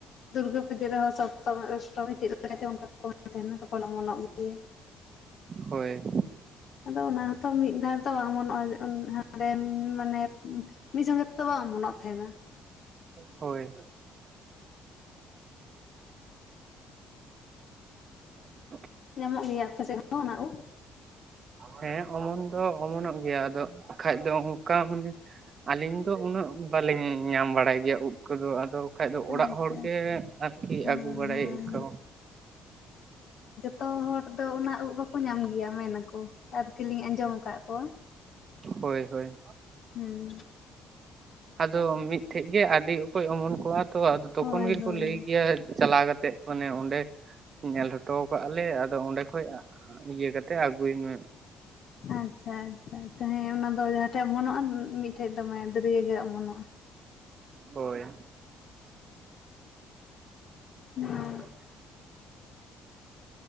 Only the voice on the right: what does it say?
ᱦᱳᱭ᱾
ᱦᱳᱭ <inaudible>
ᱦᱮᱸ ᱚᱢᱚᱱ ᱫᱚ ᱚᱢᱚᱱᱚᱜ ᱜᱮᱭᱟ ᱟᱫᱚ ᱠᱷᱟᱡ ᱫᱚ ᱚᱱᱠᱟ ᱢᱟᱱᱮ ᱟᱹᱞᱤᱧ ᱫᱚ ᱩᱱᱟᱹᱜ ᱵᱟᱹᱞᱤᱧ ᱧᱟᱢ ᱵᱟᱲᱟᱭ ᱜᱮᱭᱟ ᱩᱫ ᱠᱚᱫᱚ ᱟᱫᱚ ᱠᱷᱟᱡ ᱫᱚ ᱚᱲᱟᱜ
ᱦᱚᱲᱜᱮ
ᱟᱨᱠᱤ
ᱟᱹᱜᱩ ᱵᱟᱲᱟᱭᱮᱫ ᱠᱚ᱾
ᱦᱳᱭ ᱦᱳᱭ᱾
ᱟᱫᱚ ᱢᱤᱫ ᱴᱷᱮᱱ ᱜᱮ ᱟᱹᱰᱤ ᱚᱠᱚᱡ ᱚᱢᱚᱱ ᱠᱚᱜ-ᱟ ᱛᱚ ᱟᱫᱚ ᱛᱚᱠᱷᱚᱱ
ᱜᱮᱠᱚ
ᱞᱟᱹᱭ ᱜᱮᱭᱟ ᱪᱟᱞᱟᱣ ᱠᱟᱛᱮᱫ᱾ ᱢᱟᱱᱮ ᱚᱸᱰᱮ ᱧᱮᱞ ᱦᱚᱴᱚ ᱠᱟᱜ-ᱟ ᱞᱮ ᱟᱫᱚ ᱚᱸᱰᱮ ᱠᱷᱚᱡ ᱤᱭᱟᱹ ᱠᱟᱛᱮ ᱟᱹᱜᱩᱭ ᱢᱮ᱾
ᱦᱳᱭ᱾
<inaudible>